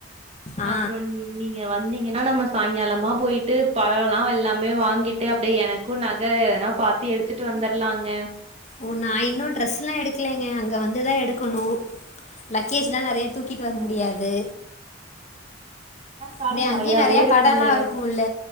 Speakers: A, on the left; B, on the right.
A: ஆ
B: அப்றோ ந் நீங்க வந்தீங்கன்னா நம்ம சாய்ங்காலமா போயிட்டு பழலாலாம் எல்லாமே வாங்கிட்டு அப்டியே எனக்கும் நகை எதனா பாத்து எடுத்துட்டு வந்துர்லாங்க
A: ஓ நான் இன்னும் ட்ரெஸ்லா எடுக்கலைங்க அங் அங்க வந்துதா எடுக்கணு லக்கேஜ்லாம் நெறையா தூக்கிட்டு வர முடியாது அப்டியே
B: கடை நறையாவே
A: அங்கேயே நெறைய
B: இருக்குங்க
A: கடலா இருக்குல்ல